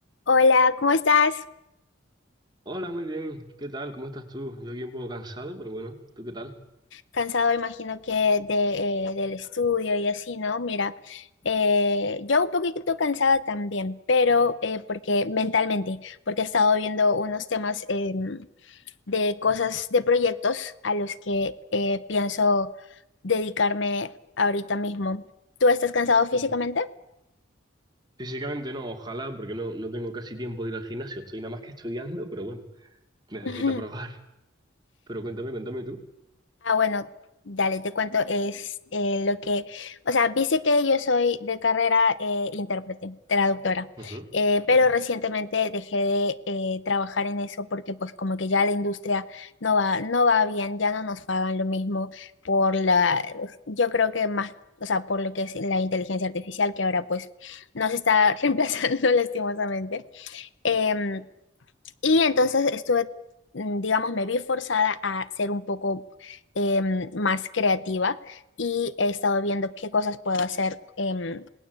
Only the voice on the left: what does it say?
Hola, ¿cómo estás?
Cansado, imagino que de, eh, del estudio y así, ¿no? Mira, eh, yo un poquito cansada también, pero eh, porque mentalmente, porque he estado viendo unos temas eh, de cosas, de proyectos a los que eh, pienso dedicarme ahorita mismo. ¿Tú estás cansado físicamente?
<laughs>
Ah, bueno, dale, te cuento, es eh, lo que, o sea, viste que yo soy de carrera eh, intérprete, traductora,
eh,
pero recientemente dejé de eh, trabajar en eso porque pues como que ya la industria no va, no va bien, ya no nos pagan lo mismo por la, yo creo que más, o sea, por lo que es la inteligencia artificial que ahora pues nos está <laughs> reemplazando lastimosamente. Em, y entonces estuve, mm, digamos, me vi forzada a ser un poco em, más creativa y he estado viendo qué cosas puedo hacer em,